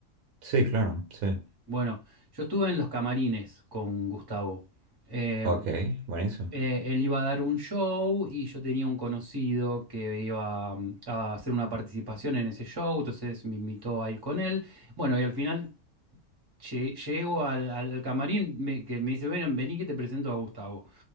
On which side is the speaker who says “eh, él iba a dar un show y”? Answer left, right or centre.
Right